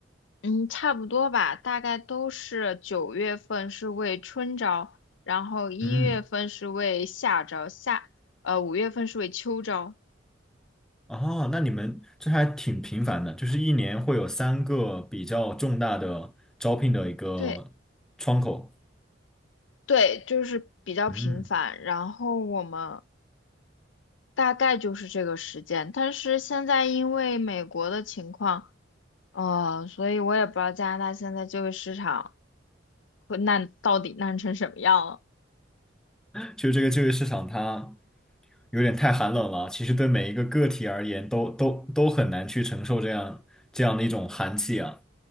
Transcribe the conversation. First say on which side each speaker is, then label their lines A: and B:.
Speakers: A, on the left; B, in the centre.
A: 嗯，差不多吧，大概都是九月份是为春招，然后一月份是为夏招，
B: 嗯，
A: 夏，呃，五月份是为秋招。
B: 哦，那你们这还挺频繁的，就是一年会有三个比较重大的招聘的一个窗口。
A: 对。对，就是比较频繁，
B: 嗯，
A: 然后我们大概就是这个时间，但是现在因为美国的情况，呃，所以我也不知道加拿大现在就业市场会烂到底烂成什么样了。
B: 就这个就业市场它。有点太寒冷了。其实对每一个个体而言都，都都很难去承受这样这样的一种寒气啊。